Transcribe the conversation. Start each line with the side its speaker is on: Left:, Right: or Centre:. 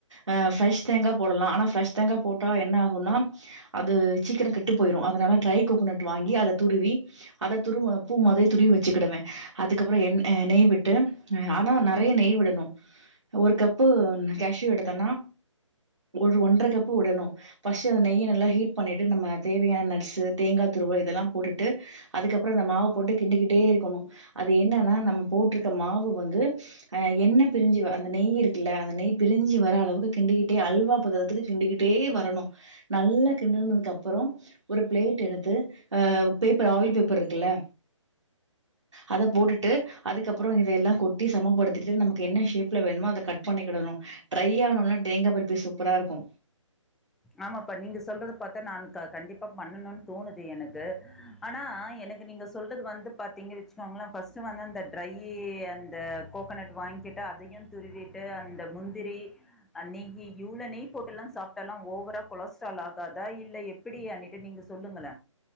Right: அ ஃப்ரைஷ் தேங்கா போடலா ஆனா ஃப்ரெஷ் தேங்கா போட்டா என்ன ஆகுன்னா அது சீக்கர கெட்டு போயிரு அதனால ட்ரை கோகனட் வாங்கி அத துருவி அத துருவ பூ மொதவே துருவி வெச்சுகிடுவே அதுக்கப்பற என் அ நெய் விட்டு ஆனா நெறைய நெய் விடணு ஒரு கப்பு நா கேஷூ எடுத்தன்னா ஒரு ஒன்ற கப்பு விடணு ஃபஸ்ட்டு அந்த நெய்ய நல்லா ஹீட் பண்ணிட்டு நம்ம தேவையான நட்ஸு தேங்கா துருவல் இதெல்லா போட்டுட்டு அதுக்கப்பற அந்த மாவ போட்டு கிண்டிக்கிட்டே இருக்கணு அது என்னனா நம்ம போட்ருக்க மாவு வந்து அ எண்ண பிரிஞ்சு அந்த நெய் இருக்குல்ல அந்த நெய் பிரிஞ்சி வர அளவுக்கு கிண்டிக்கிட்டே அல்வா பதத்துக்கு கிண்டிக்கிட்டே வரணு நல்லா கிண்டுனதுக்கு அப்புறோ ஒரு ப்ளேட் எடுத்து ஆ பேப்பர் ஆயில் பேப்பர் இருக்குல்ல அத‌‌ போட்டுட்டு அதுக்கப்புறோ இதையெல்லா கொட்டி சமப்படுத்திட்டு நமக்கு என்ன ஷேப்ல வேணுமோ அத கட் பண்ணிக்கிடணு ட்ரை ஆனோனா தேங்கா பர்பி சூப்பரா இருக்கு
Centre: ஆமாப்பா நீங்க சொல்றது பாத்தா நான் கண்டிப்பா பண்ணணுன் தோணுது எனக்கு ஆனா எனக்கு நீங்க சொல்றது வந்து பாத்தீங்கச்சு நாங்களா ஃபஸ்ட்டு வந்து அந்த ட்ரையி அந்த கோகனட் வாங்கி கிட்டு அதையு துருவி க அந்த முந்திரி அ நெய்யி இவ்வளோ நெய் போட்டெல்லா சாப்ட்டால்லா ஓ வரா கொலஸ்ட்ரால் ஆகாதா இல்ல எப்படி அனிட்ட நீங்க சொல்லுங்கள